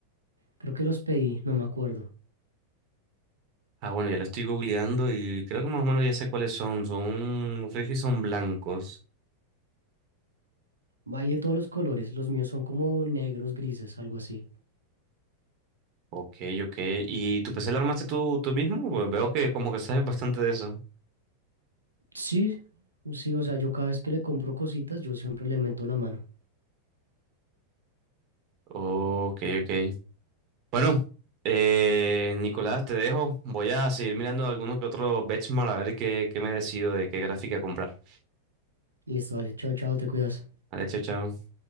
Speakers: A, on the right; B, on the right.
A: Creo que los pedí, no me acuerdo.
B: Ah, bueno, ya lo estoy googleando y creo que más o menos ya sé cuáles son. Son... No sé si son blancos.
A: Hay de todos los colores, los míos son como negros, grises, algo así.
B: Ok, ok. ¿Y tu PC lo armaste tú, tú mismo? Pues veo que como que sabes bastante de eso.
A: Sí, sí, o sea, yo cada vez que le compro cositas, yo siempre le meto la mano.
B: Ok, ok. Bueno, eh, Nicolás, te dejo. Voy a seguir mirando algunos que otros benchmark a ver qué, qué me decido de qué gráfica comprar.
A: Listo, vale, chao, chao, te cuidas.
B: Vale, chao, chao.